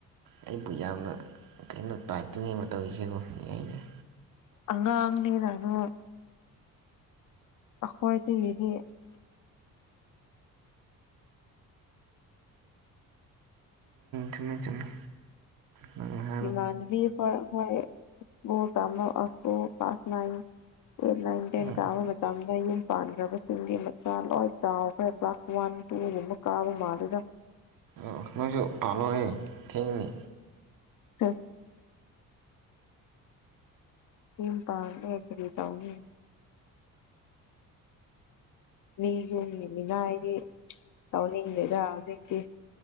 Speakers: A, on the right; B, on the left.
A: ꯑꯩꯕꯨ ꯌꯥꯝꯅ ꯂꯥꯛꯇꯣꯏꯅꯤ ꯃꯇꯝꯁꯤꯀꯣ ꯌꯥꯏ ꯌꯥꯏ
B: ꯑꯉꯥꯡꯅꯤ ꯅꯥꯏꯅ ꯑꯩꯈꯣꯏꯗꯒꯤꯗꯤ
A: ꯆꯨꯝꯃꯦ ꯆꯨꯝꯃꯦ ꯅꯪꯅ
B: ꯏꯃꯥꯟꯅꯕꯤ ꯍꯣꯏ ꯑꯩꯈꯣꯏ <unintelligible> class nine eight nine ten
A: ꯎꯝ
B: ꯀꯥꯕ ꯃꯇꯝꯗ ꯌꯨꯝ ꯄꯥꯟꯈ꯭ꯔꯕꯁꯤꯡꯗꯤ ꯃꯆꯥ ꯂꯣꯏ ꯆꯥꯎꯈ꯭ꯔꯦ ꯀ꯭ꯂꯥꯁ ꯋꯥꯟ ꯇꯨꯒꯨꯝꯕ ꯀꯥꯕ ꯃꯥꯜꯂꯤꯗ
A: ꯑꯥ ꯅꯣꯏꯒꯤ ꯄꯥꯜꯂꯣꯍꯦ ꯊꯦꯡꯅꯤ
B: <unintelligible> ꯌꯨꯝ ꯄꯥꯜꯂꯦ ꯀꯔꯤ ꯇꯧꯅꯤ ꯃꯤ ꯌꯨꯝꯒꯤ ꯃꯤꯅꯥꯏꯗꯤ ꯇꯧꯅꯤꯡꯗꯦꯗ ꯍꯧꯖꯤꯛꯇꯤ